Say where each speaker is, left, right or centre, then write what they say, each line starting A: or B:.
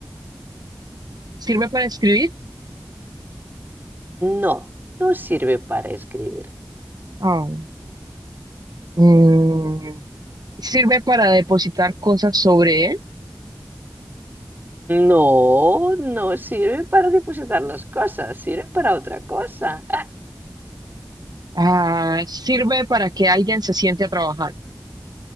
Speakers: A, on the right; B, on the right.
A: ¿Sirve para escribir?
B: No, no sirve para escribir.
A: Ah, mm, ¿sirve para depositar cosas sobre él?
B: No, no sirve para depositar las cosas, sirve para otra cosa. Ah,
A: Ah, sirve para que alguien se siente a trabajar.